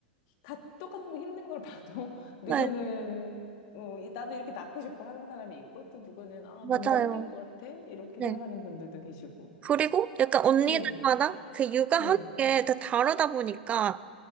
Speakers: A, on the left; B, on the right.
A: 다 똑같은 거 힘든 걸 봐도 <laughs> 누구는
B: 네,
A: 어, 이- 나도 이렇게 낳고 싶어 하는 사람이 있고 또 누구는 아
B: 맞아요.
A: 너무 힘들 것 같아 이렇게
B: 네.
A: 생각하는 분들도 계시고.
B: 그리고 약간 언니들마다
A: 네,
B: 그 육아하는
A: 네,
B: 게 다 다르다 보니까,